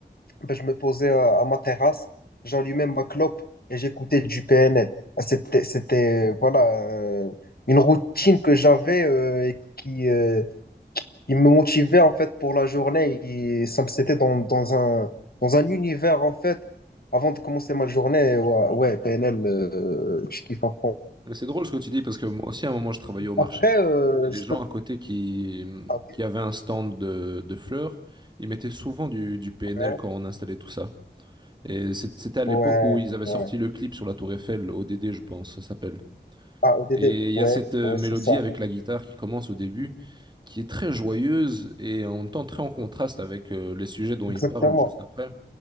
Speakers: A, on the left; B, on the right.
A: ben, je me posais à, à ma terrasse, j'allumais ma clope et j'écoutais du PNL. Ah, C'était, c'était, voilà, euh, une routine que j'avais euh, et qui, euh, qui me motivait, en fait, pour la journée. Et ça me- c'était dans, dans un, dans un univers, en fait, avant de commencer ma journée. Ouais, ouais, PNL, euh, je kiffe à fond.
B: Mais c'est drôle ce que tu dis parce que moi aussi, à un moment, je travaillais au marché
A: Après, euh,
B: et les
A: je
B: gens
A: peux...
B: à côté qui,
A: Ok,
B: qui avaient un stand de, de fleurs, ils mettaient souvent du, du PNL
A: ouais,
B: quand on installait tout ça. Et c'est- c'était à l'époque
A: ouais,
B: où ils avaient
A: ouais.
B: sorti le clip sur la Tour Eiffel, ODD, je pense, ça s'appelle.
A: Ah, ODD,
B: Et il y
A: ouais,
B: a cette euh,
A: ouais,
B: mélodie
A: c'est ça.
B: avec la guitare qui commence au début, qui est très joyeuse et en même temps très en contraste avec euh, les sujets dont
A: Exactement,
B: ils parlent juste après.